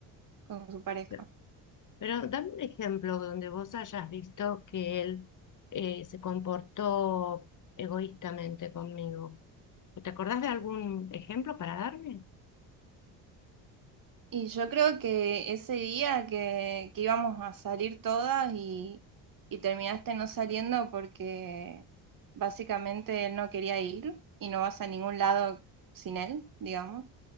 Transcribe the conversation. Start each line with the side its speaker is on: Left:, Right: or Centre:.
Right: con su pareja.
Left: Pero pero dame un ejemplo donde vos hayas visto que él eh, se comportó egoístamente conmigo. ¿Te acordás de algún ejemplo para darme?
Right: Y yo creo que ese día que, que íbamos a salir todas y, y terminaste no saliendo porque básicamente él no quería ir y no vas a ningún lado sin él, digamos.